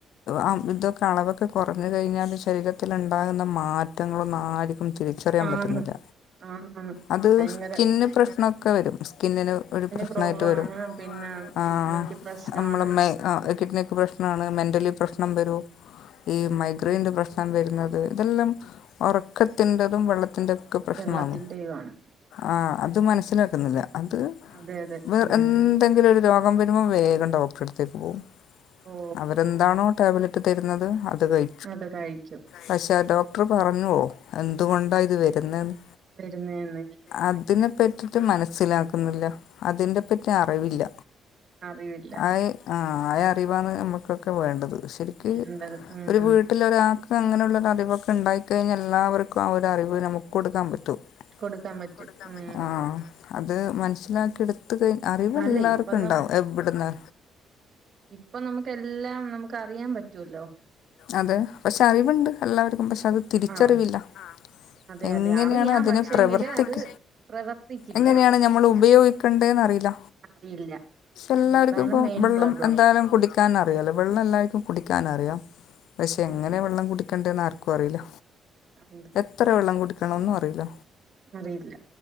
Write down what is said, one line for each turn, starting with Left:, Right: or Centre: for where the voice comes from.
Left: ആഹ് ഇതൊക്കെ അളവൊക്കെ കുറഞ്ഞു കഴിഞ്ഞാല് ശരീരത്തിലുണ്ടാകുന്ന മാറ്റങ്ങളും നാ തിരിച്ചറിയാൻ
Right: ആന്ന്
Left: പറ്റുന്നില്ല
Right: ആന്നാന്ന്
Left: അത്
Right: ഭയങ്കര
Left: സ്കിന്ന് പ്രശ്നമൊക്കെ വരും സ്കിന്നിന് ഒരു പ്രശ്നമായിട്ട്
Right: പ്രോബ്ലം
Left: വരും
Right: ആണ് പിന്നെ
Left: ആഹ്
Right: കിഡ്നിക്ക് പ്രശ്നമാണ്
Left: നമ്മളമ്മേ ആഹ് കിഡ്നിക്ക് പ്രശ്നമാണ് മെന്റലി പ്രശ്നം വരും ഈ
Right: എല്ലാം
Left: മൈഗ്രൈയിന്റെ
Right: ഉം
Left: പ്രശ് വരുന്നത് ഇതെല്ലാം ഉറക്കത്തിന്റെതും വെള്ളത്തിന്റെയൊക്കെ പ്രശ്നമാണ്
Right: വെള്ളത്തിന്റെയും ആണ്
Left: ആഹ് അത് മനസ്സിലാക്കുന്നില്ല അത്
Right: അതെ അതെ
Left: വേറെ
Right: ഉം
Left: എന്ത്‌ എന്തെങ്കിലും ഒരു രോഗം വരുമ്പോൾ വേഗം ഡോക്ടറടുത്തേക്ക് പോകും
Right: ഓ
Left: അവരെന്താണോ ടാബ്ല റ്റ് തരുന്നത് അത് കഴി
Right: അത് കഴിക്കും
Left: പക്ഷേ ഡോക്ടറ് പറഞ്ഞുവോ എന്തുകൊണ്ടാ ഇത് വരുന്നേന്ന്
Right: വരുന്നേന്ന്
Left: അതിനെ പറ്റിട്ട് മനസ്സിലാക്കുന്നില്ല അതിനെ പറ്റി അറിവില്ല
Right: അറിവില്ല
Left: അയി ആഹ് അറിവാണ് നമ്മുക്കൊക്കെ വേണ്ടത് പക്ഷേ ക്ക്
Right: വേണ്ടത് ഉം
Left: ഒരു വീട് വീട്ടിലൊരാൾക്ക് അങ്ങനെയുള്ളൊരു അറിവൊക്കെ ഉണ്ടായി കഴിഞ്ഞാൽ എല്ലാവർക്കും ആ ഒരു അറിവ് നമ്മുക്ക് കൊടുക്കാൻ പറ്റും
Right: കൊടുക്കാൻ പറ്റും
Left: കൊടുക്കാൻ പറ്റും
Right: ഉം
Left: ആഹ് അത് മനസ്സിലാക്കി എടു ത് അറിവ്
Right: അല്ല
Left: എല്ലാർക്കും
Right: ഇപ്പൊ
Left: ഇണ്ടാവും എവിടുന്ന്
Right: ഇപ്പം നമ്മുക്ക് എല്ലാം നമ്മുക്ക് അറിയാൻ പറ്റൂല്ലോ
Left: അതെ പക്ഷെ അറിവുണ്ട് എല്ലാവർക്കും പക്ഷെ അത് തിരിച്ചറിവില്ല
Right: ആഹ്
Left: ഉം
Right: അതെ
Left: എങ്ങനെയാണ്
Right: അതെ അറിയാം
Left: അതിനെ
Right: പക്ഷേങ്കില്
Left: പ്രവർത്തിക്ക
Right: അത് പ്രവർത്തിക്കില്ല
Left: എങ്ങനെയാണ് ഞമ്മള് ഉപയോഗിക്കണ്ടേന്ന് അറിയില്ല
Right: അറിയില്ല
Left: എല്ലാർക്കും
Right: ആ, അതാണ്
Left: ഇപ്പൊ
Right: മെയിൻ
Left: വെള്ളം
Right: പ്രോബ്ലം
Left: എന്താ കുടിക്കാൻ അറിയുള്ളൂ വെള്ളം എല്ലാവർക്കും കുടിക്കാൻ അറിയാം പക്ഷെ എങ്ങനെ
Right: അറിയാം
Left: വെള്ളം കുടിക്കണ്ടെന്ന് ആർ അറിയില്ല
Right: അറിയില്ല
Left: എത്ര വെള്ളം കുടിക്കണന്നും അറിയില്ല
Right: അറിയില്ല